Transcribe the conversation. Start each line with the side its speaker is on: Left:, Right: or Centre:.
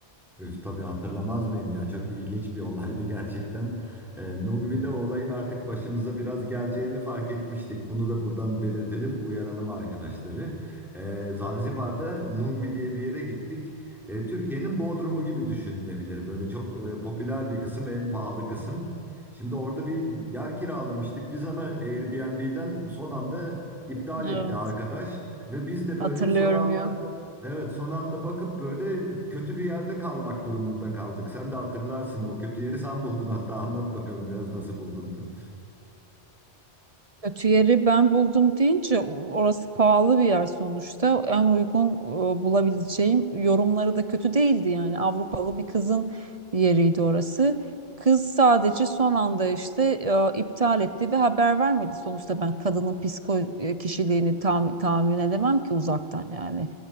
Centre: Üf, tabii hatırlamaz mıyım ya çok ilginç bir olaydı gerçekten. E, Nungvi'de o olayın artık başımıza biraz geleceğini fark etmiştik. Bunu da buradan belirtelim, uyaralım arkadaşları. E, Zanzibar'da Nungvi diye bir yere gittik. E, Türkiye'nin Bodrum'u gibi düşünülebilir. Böyle çok e, popüler bir kısım, en pahalı kısım. Şimdi orada bir yer kiralamıştık biz ama Airbnb'den son anda iptal etti
Right: Evet,
Centre: arkadaş. Ve biz de böyle
Right: hatırlıyorum
Centre: son anda
Right: ya.
Centre: Evet son anda bakıp böyle kötü bir yerde kalmak durumunda kaldık. Sen de hatırlarsın o kötü yeri sen buldun hatta anlat bakalım biraz nasıl buldun. <laughs>
Right: Kötü yeri ben buldum deyince o- orası pahalı bir yer sonuçta. En uygun e, bulabileceğim yorumları da kötü değildi yani Avrupalı bir kızın yeriydi orası. Kız sadece son anda işte e, iptal etti ve haber vermedi. Sonuçta ben kadının psiko e, kişiliğini tam, tahmin edemem ki uzaktan yani.